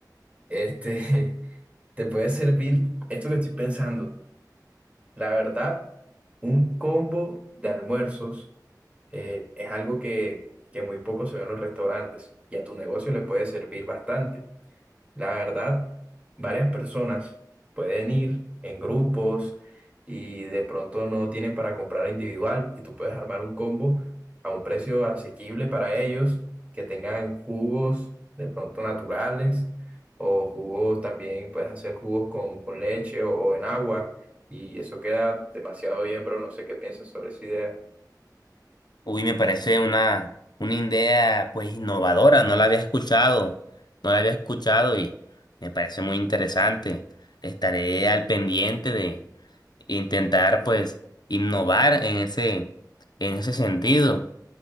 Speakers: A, on the right; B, on the left.
A: este, <laughs> te puede servir esto que estoy pensando. La verdad, un combo de almuerzos eh, es algo que, que muy poco se ve en los restaurantes y a tu negocio le puede servir bastante. La verdad, varias personas pueden ir en grupos y de pronto no tienen para comprar individual y tú puedes armar un combo a un precio asequible para ellos, que tengan jugos de pronto naturales o jugos también, puedes hacer jugos con, con leche o, o en agua y eso queda demasiado bien, pero no sé qué piensas sobre esa idea.
B: Uy, me parece una, una idea pues innovadora, no la había escuchado, no la había escuchado y me parece muy interesante. Estaré al pendiente de intentar pues innovar en ese, en ese sentido